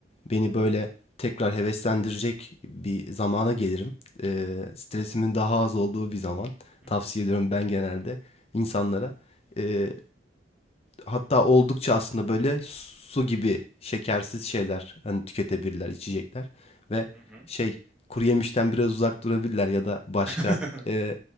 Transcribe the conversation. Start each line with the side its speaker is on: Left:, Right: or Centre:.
Left: beni böyle tekrar heveslendirecek bir zamana gelirim. Eee, stresimin daha az olduğu bir zaman.
Centre: Hı
Left: Tavsiye
Centre: hı.
Left: ediyorum ben genelde insanlara. Eee, Hatta oldukça aslında böyle su gibi şekersiz şeyler hani tüketebilirler, içecekler ve
Centre: Hı hı.
Left: şey kuruyemişten biraz uzak durabilirler ya da başka,
Centre: <laughs>
Left: eee,